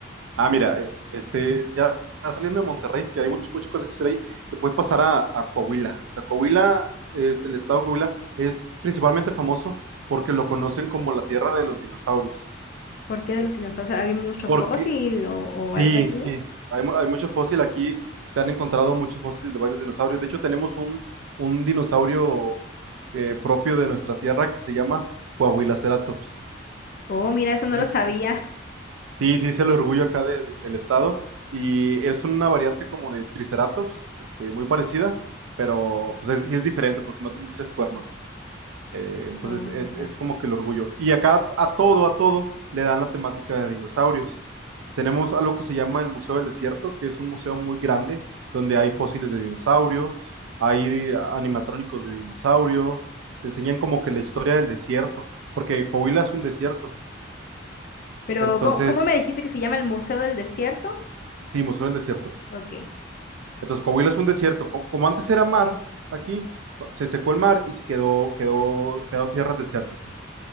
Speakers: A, on the right (about 85°); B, on the left (about 45°).
A: Ah, mira, eh, este, ya ya saliendo de Monterrey, que hay muchas, muchas cosas que hacer ahí, te puedes pasar a, a Coahuila. O sea, Coahuila es, el estado de Coahuila es principalmente famoso porque lo conocen como la tierra de los dinosaurios.
B: ¿Por qué de los dinosaurios? ¿Había mucho
A: Porque
B: fósil o, o
A: Sí,
B: algo así?
A: sí, hay, mu- hay mucho fósil aquí, se han encontrado muchos fósiles de varios dinosaurios. De hecho, tenemos un, un dinosaurio eh, propio de nuestra tierra que se llama Coahuilaceratops.
B: Oh, mira, eso no
A: Es,
B: lo sabía. <laughs>
A: sí, sí, es el orgullo acá de- de- del estado y es una variante como de Triceratops, este, muy parecida, pero pues es, sí es diferente porque no tiene tres cuernos. Eh, entonces
B: Oh,
A: es,
B: ya.
A: es como que el orgullo. Y acá a todo, a todo le dan la temática de dinosaurios. Tenemos algo que se llama el Museo del Desierto, que es un museo muy grande donde hay fósiles de dinosaurio, hay animatrónicos de dinosaurio, te enseñan como que la historia del desierto, porque Coahuila es un desierto.
B: Pero,
A: Entonces,
B: ¿cómo, cómo me dijiste que se llama el Museo del Desierto?
A: sí, Museo del Desierto.
B: Ok,
A: Entonces, Coahuila es un desierto. Co- Como antes era mar, aquí cu- se secó el mar y se quedó, quedó, quedaron tierras desérticas.